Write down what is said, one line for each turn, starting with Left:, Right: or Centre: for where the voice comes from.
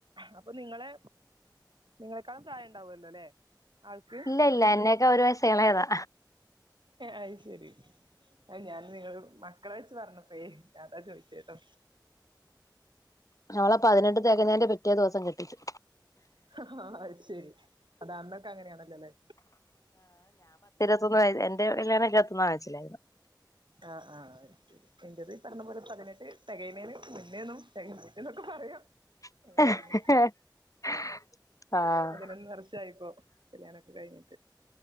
Right: അപ്പൊ നിങ്ങളെ നിങ്ങളെക്കാളും പ്രായംണ്ടാവുല്ലോ അല്ലേ? ആൾക്ക്
Left: ഇല്ല ഇല്ല എന്നെക്കാളും ഒരു വയസ് ഇളയതാ.
Right: അഹ് ശരി അ ഞാൻ നിങ്ങള് മക്കളെ വെച്ച് പറഞ്ഞപ്പോയ അതാ ചോയിച്ച ട്ടോ
Left: ഓളെ പതിനെട്ട് തെകഞ്ഞതിന്റെ പിറ്റേ ദിവസം കെട്ടിച്ചു.
Right: ആഹ ശരി അത അന്നൊക്കെ അങ്ങനെയാണല്ലോ അല്ലേ
Left: <unintelligible> എന്റെറെ കല്യാണം ഇരുപത്തി ഒന്നിലാ <unintelligible>
Right: ആഹ ആ എന്റത് പറഞ്ഞ പോലെ പതിനെട്ട് തെകയിനേന് മുന്നേന്നും തെകഞ്ഞിട്ട് എന്നൊക്കെ പറയാം.
Left: <unintelligible>
Right: അങ്ങനെയായിരുന്നു
Left: ആഹ്
Right: പതിനൊന്ന് വർഷായിപ്പോ കല്യാണെക്കെ കഴിഞ്ഞിട്ട്.